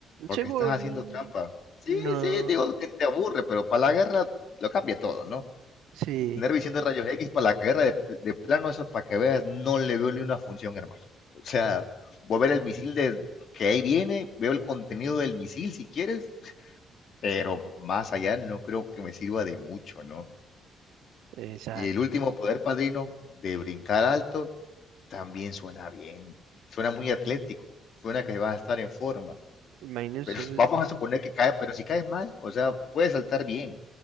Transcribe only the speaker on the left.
Porque
estás haciendo trampa. Sí,
sí, digo que te aburre, pero para la guerra lo cambia todo, ¿no?
Tener visión de rayos X para la guerra de, de plano, eso para que veas, no le veo ni una función, hermano. O sea, voy a ver el misil de que ahí viene, veo el contenido del misil si quieres, pero más allá no creo que me sirva de mucho, ¿no?
Y el último poder padrino de brincar alto también suena bien, suena muy atlético, suena que vas a estar en forma,
pero <laughs> vamos a suponer que cae, pero si caes mal, o sea, puedes saltar bien,